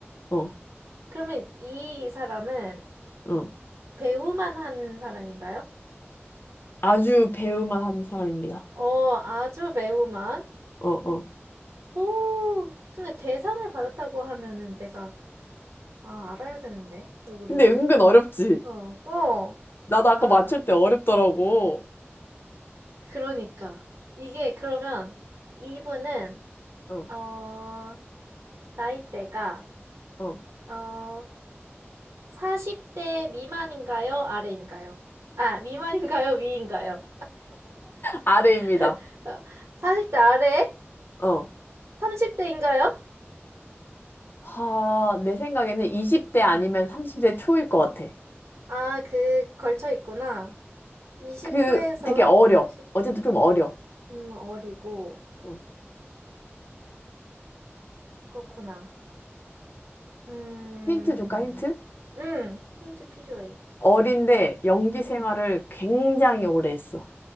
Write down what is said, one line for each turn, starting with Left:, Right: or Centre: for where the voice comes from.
Left: 어,
Right: 그러면 이 사람은
Left: 어. 어.
Right: 배우만 하는 사람인가요?
Left: 아주 배우만 한 사람입니다.
Right: 어, 아주 배우만.
Left: 어, 어.
Right: 오, 근데 대상을 받았다고 하면은 내가, 아, 알아야 되는데. 왜 모르겠지?
Left: 근데 은근 어렵지.
Right: 어, 어.
Left: 나도
Right: 아.
Left: 아까 맞출 때 어렵더라고.
Right: 그러니까 이게 그러면 이분은
Left: 어,
Right: 어, 나이대가
Left: 어.
Right: 어, 40대 미만인가요? 아래인가요? 아, 미만인가요? 위인가요?
Left: 아래입니다.
Right: <laughs> 40대 아래?
Left: 어.
Right: 30대인가요?
Left: 하, 내 생각에는 20대 아니면
Right: 음.
Left: 30대 초일 것 같아.
Right: 아, 그 걸쳐 있구나. 20
Left: 그
Right: 후에서
Left: 되게 어려.
Right: 30 중.
Left: 어제도 좀 어려.
Right: 음, 어리고
Left: 응.
Right: 그렇구나. 음.
Left: 힌트 줄까, 힌트?
Right: 음, 힌트 필요해.
Left: 어린데 연기 생활을
Right: 음.
Left: 굉장히 오래 했어.